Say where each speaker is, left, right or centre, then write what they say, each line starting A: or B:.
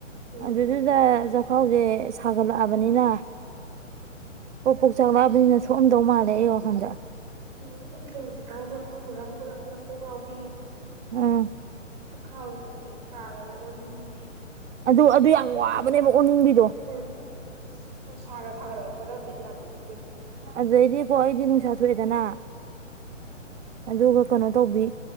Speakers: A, on the right (about 40°); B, on the right (about 60°).
A: ꯎꯝ
B: ꯑꯗꯨ ꯑꯗꯨꯗꯨꯗ ꯆꯈꯥꯎꯁꯦ ꯁꯥꯒꯠꯂꯛꯑꯕꯅꯤꯅ ꯄꯣꯄꯨ ꯆꯥꯡꯗꯕꯅꯤ ꯁꯣꯝꯗꯧ ꯃꯥꯜꯂꯦ ꯑꯩ ꯋꯥꯈꯟꯗ
A: ꯎꯝ ꯑꯩꯁꯦ ꯍꯧꯖꯤꯛꯀꯥꯟ ꯃꯐꯝ ꯈꯔ ꯍꯧꯒꯠꯂꯛꯄꯗ ꯀꯣꯛ ꯉꯥꯎꯕꯤ
B: ꯎꯝ
A: ꯁꯤ ꯈꯥꯎꯖꯦ ꯀꯩꯝ ꯇꯥꯗꯔꯦ ꯑꯣꯅꯤꯡꯕꯤ
B: ꯑꯗꯨ ꯑꯗꯨ ꯌꯥꯝ ꯋꯥꯕꯅꯦꯕ ꯑꯣꯅꯤꯡꯕꯤꯗꯣ
A: ꯎꯝ ꯑꯣ ꯁꯔ ꯊꯥꯒꯠꯂꯛꯄꯒ ꯕꯤꯠ ꯌꯥꯝ ꯂꯩ
B: ꯑꯗꯨꯩꯗꯤꯀꯣ ꯑꯩꯗꯤ ꯅꯨꯡꯁꯥ ꯁ ꯊꯣꯛꯑꯦꯗꯅ ꯑꯗꯨꯒ ꯀꯩꯅꯣ ꯇꯧꯕꯤ